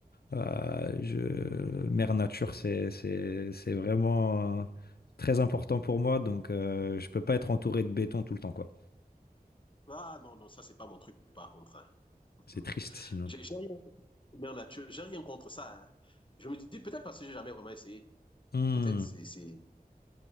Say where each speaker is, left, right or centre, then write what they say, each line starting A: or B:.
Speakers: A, on the left (about 85°); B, on the left (about 30°).
A: Euh, je, mère nature, c'est, c'est, c'est vraiment euh, très important pour moi. Donc, euh, je peux pas être entouré de béton tout le temps, quoi.
B: Ah non, non, ça, c'est pas mon truc, par contre. hein. <laughs>
A: C'est triste sinon.
B: J'ai j'ai rien, mais en nature, j'ai rien contre ça. hein. Je me dis, peut-être parce que j'ai jamais vraiment essayé.
A: Hum,
B: Peut-être c'est, c'est,